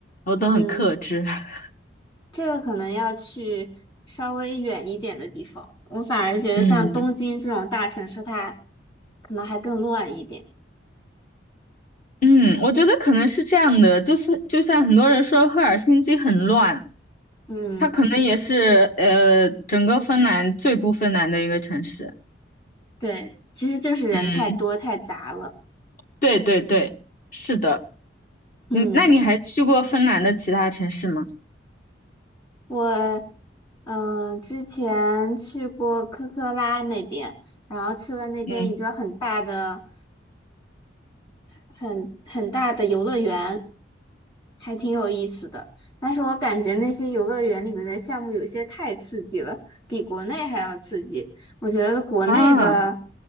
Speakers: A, on the left; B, on the left.
A: 后都很克制。
B: 嗯，
A: <laughs>
B: 这个可能要去稍微远一点的地方。我反而觉得像东京这种大城市，
A: 嗯
B: 它可能还更乱一点。
A: 嗯，我觉得可能是这样的，就是就像很多人说赫尔辛基很乱，
B: 嗯，
A: 它可能也是呃整个芬兰最不芬兰的一个城市。
B: 对，其实就是人太多太杂了。
A: 嗯，对对对，是的。
B: 嗯，
A: 嗯，那你还去过芬兰的其他城市吗？
B: 我嗯之前去过科科拉那边，然后去了那边一个很大的、
A: 嗯
B: 很很大的游乐园。还挺有意思的。但是我感觉那些游乐园里面的项目有些太刺激了，比国内还要刺激。我觉得国内的
A: 啊，